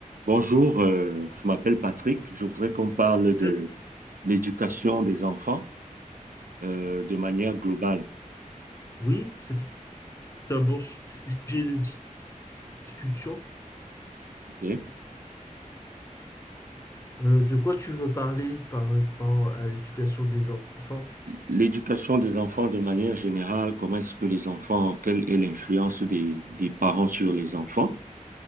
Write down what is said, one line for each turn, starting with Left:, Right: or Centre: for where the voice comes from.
Right: Bonjour, euh, je m'appelle Patrick. Je voudrais qu'on parle
Left: Salut.
Right: de l'éducation des enfants euh, de manière globale.
Left: Oui, c'est un bon sujet de discussion.
Right: ok
Left: Euh, de quoi tu veux parler par rapport à l'éducation des enfants?
Right: L'éducation des enfants de manière générale, comment est-ce que les enfants, quelle est l'influence des, des parents sur les enfants?